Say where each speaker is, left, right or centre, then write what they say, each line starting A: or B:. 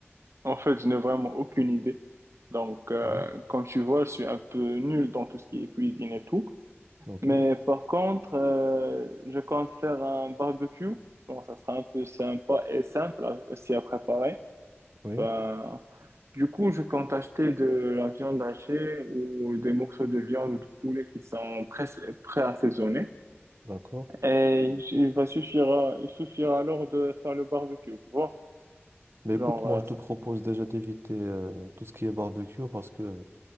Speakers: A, on the right (about 80°); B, on the right (about 65°).
A: En fait, je n'ai vraiment aucune idée. Donc, euh,
B: Oui,
A: comme tu vois, je suis un peu nul dans tout ce qui est cuisine et tout.
B: ok,
A: Mais par contre, euh, je compte faire un barbecue. Bon, ça sera un peu sympa et simple à- aussi à préparer.
B: oui,
A: Ben, du coup, je compte acheter de la viande hachée ou des morceaux de viande ou de poulet qui sont pré- pré-assaisonnés.
B: d'accord.
A: Et il va suffira, il suffira alors de faire le barbecue, tu vois.
B: Mais écoute,
A: Genre,
B: moi
A: euh,
B: je te propose déjà d'éviter euh, tout ce qui est barbecue parce que